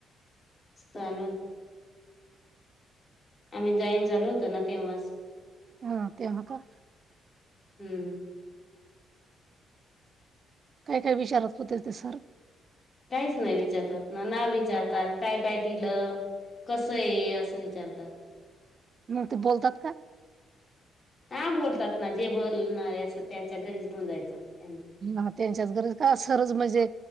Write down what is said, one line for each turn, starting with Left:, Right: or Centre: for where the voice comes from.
Left: सल आम्ही जाईन झालो होतो ना तेव्हाच.
Right: हा तेव्हा का?
Left: हम्म हम्म.
Right: काय काय विचारत होते ते सर.
Left: काहीच नाही विचारतात ना ना विचारतात काय काय दिलं कसये असं विचारतात.
Right: मग ते बोलतात का?
Left: हा बोलतात ना जे बोलणारे असं त्यांच्या घरीच घेऊन जायचं. त्यांना
Right: ह त्यांच्याच गरज का सरच म्हणजे.